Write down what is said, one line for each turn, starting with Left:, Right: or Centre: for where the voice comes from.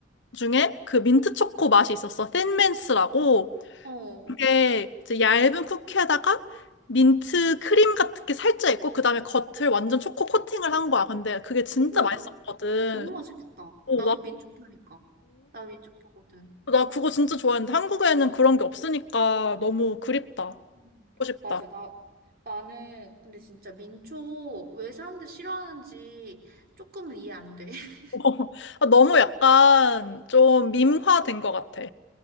Left: 중에 그 민트초코 맛이 있었어. 틴민스라고.
Right: 어.
Left: 그게 이제 얇은 쿠키에다가 민트 크림 같은 게 살짝 있고 그다음에 겉을 완전 초코 코팅을 한 거야. 근데 그게 진짜
Right: 오,
Left: 맛있었거든.
Right: 너무 맛있겠다.
Left: 오,
Right: 나도
Left: 나,
Right: 민초파니까. 나 민초파거든.
Left: 나 그거 진짜 좋아했는데 한국에는 그런 게 없으니까 너무 그립다.
Right: 음,
Left: 하고 싶다.
Right: 맞아. 나, 나는 근데 진짜 민초 왜 사람들 싫어하는지 조금은 이해 안 돼. <laughs>
Left: <laughs> 아, 너무 약간 좀 밈화된 것 같아.